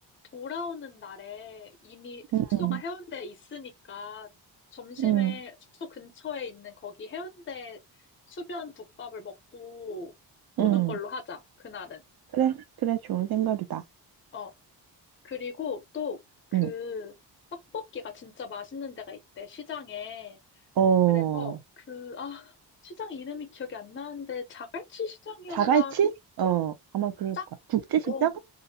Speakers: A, on the left; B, on the right.
A: 돌아오는 날에 이미 숙소가
B: 응,
A: 해운대에 있으니까 점심에
B: 응,
A: 숙소 근처에 있는 거기 해운대 수변 국밥을 먹고 오는
B: 응.
A: 걸로 하자. 그날은.
B: 그래, 그래, 좋은 생각이다.
A: 어. 그리고 또 그
B: 응.
A: 떡볶이가 진짜 맛있는 데가 있대. 시장에.
B: 어,
A: 그래서 그, 아, 시장 이름이 기억이 안 나는데 자갈치 시장이었나?
B: 자갈치? 어, 아마 그럴
A: 짱?
B: 거야. 국제시장?
A: 어,